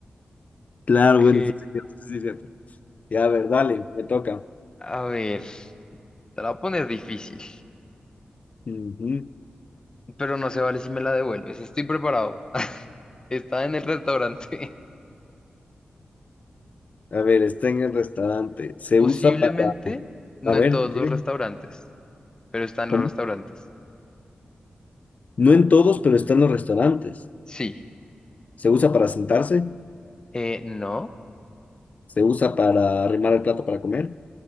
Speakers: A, on the left; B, on the left.
A: Claro,
B: Ok,
A: bueno, eso sí, eso sí es cierto. Ya, a ver, dale, me toca.
B: a ver, te la voy a poner difícil,
A: Ujú.
B: pero no se vale si me la devuelves. Estoy preparado. Está en el restaurante.
A: <laughs> A ver, está en el restaurante.
B: <laughs>
A: Se
B: Posiblemente
A: usa para,
B: no
A: a ver,
B: en todos
A: ¿qué?
B: los restaurantes, pero está en
A: ¿Cómo?
B: los restaurantes.
A: No en todos, pero está en los restaurantes.
B: Sí.
A: Se usa para sentarse,
B: Eh, no.
A: se usa para arrimar el plato para comer,